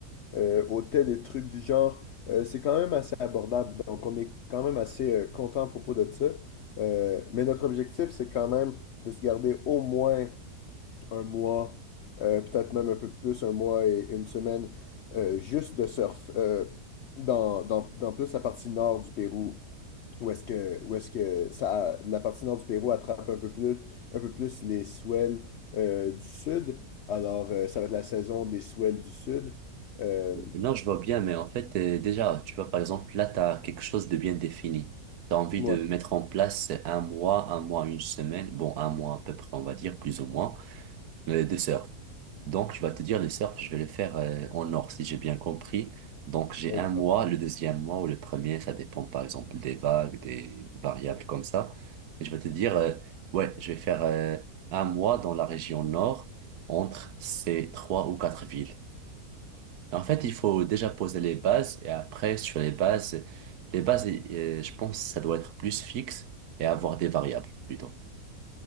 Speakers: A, on the left; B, on the right.
A: euh, hôtels et trucs du genre. euh, c'est quand même assez abordable. Donc, on est quand même assez euh, content à propos de ça. Euh, mais notre objectif, c'est quand même de se garder au moins un mois, euh, peut-être même un peu plus, un mois et une semaine, euh, juste de surf, euh, dans, dans, dans plus la partie nord du Pérou, où est-ce que, où est-ce que ça, la partie nord du Pérou attrape un peu plus, un peu plus les swells euh, du sud. Alors, euh, ça va être la saison des swells du sud. Euh,
B: Non, je vois bien, mais en fait, euh, déjà, tu vois, par exemple, là, tu as quelque chose de bien défini. Tu as envie
A: ouais,
B: de mettre en place un mois, un mois, une semaine, bon, un mois à peu près, on va dire, plus ou moins, euh, de surf. Donc, je vais te dire, le surf, je vais le faire euh, en nord, si j'ai bien compris. Donc, j'ai
A: exact.
B: un mois, le deuxième mois ou le premier, ça dépend par exemple des vagues, des variables comme ça. Et je vais te dire, euh, ouais, je vais faire euh, un mois dans la région nord, entre ces trois ou quatre villes. Et en fait, il faut déjà poser les bases et après, sur les bases, les bases, euh, je pense, ça doit être plus fixe et avoir des variables plutôt.